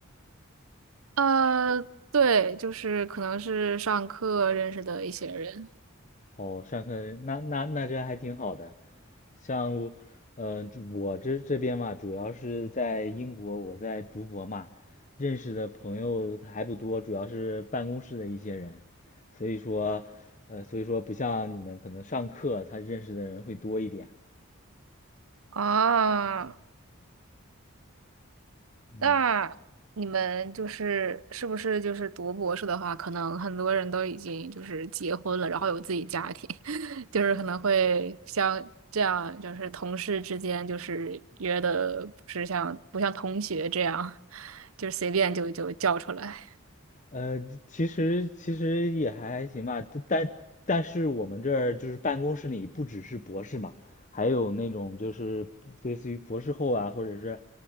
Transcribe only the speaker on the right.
呃，对，就是可能是上课认识的一些人。
啊，
那你们就是是不是就是读博士的话，可能很多人都已经就是结婚了，然后有自己家庭，<laughs> 就是可能会像这样，就是同事之间就是约的不是像不像同学这样，<laughs> 就是随便就就叫出来。